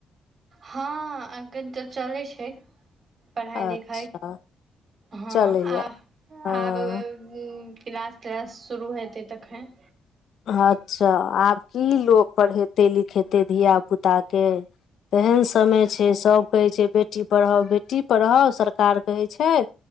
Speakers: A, on the right; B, on the left.
A: हँ अखन त चलै छैय। पढ़ाइ
B: अच्छा
A: लिखाइ हँ
B: चलैया
A: आ
B: हँ
A: आब अ हूँ क्लास तिलास शुरू हेतै तखैन।
B: अच्छा आब की लोक पढ़ेतै लिखेतै धियापुताके तेहेन समय छैय सभ कहै छैय बेटी पढ़ाओ बेटी पढ़ओ सरकार कहै छैय